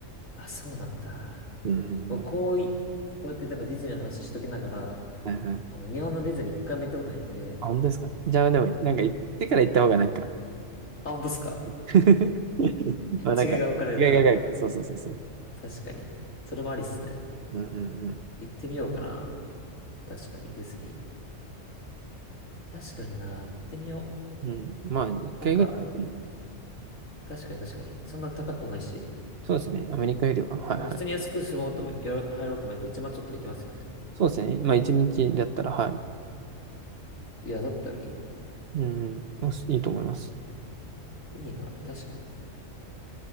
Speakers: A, on the left (about 80°); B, on the right (about 55°).
A: あ、そうなんだ。
B: <laughs> うんうんうん。
A: こうい、こうやってなんかディズニーの話しときながら、
B: はいはい。
A: あの、日本のディズニー一回も行ったことないんで、
B: あ、本当ですか。じゃあでも、なんか行ってから行った方がなんか
A: あ、本当っすか
B: <laughs> まあなんか、
A: 違いが分かれるから。
B: 意外が意外か。そうそうそうそう。
A: 確かに。それもありっすね。
B: うんうん
A: 行ってみようかな。確かにディズニー。確かにな、行ってみよう。
B: うん。うん。まあ、一回ぐらいで、
A: なんか、確かに確かに。そんな高くもないし。
B: そうですね。アメリカよりは。はいはい。
A: なんか普通に安く住もうとも、よ入ろうと思えば一万ちょっとできますよね。
B: そうですね。まあ一日だったら、はい。
A: いや、だったらい
B: うんうん、おしいいと思います。
A: い、いいな、あれ。確かに。